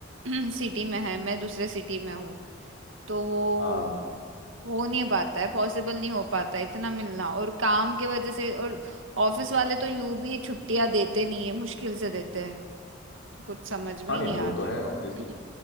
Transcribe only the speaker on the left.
हाँ
हाँ
नहीं
वो
तो है ऑब्वियसली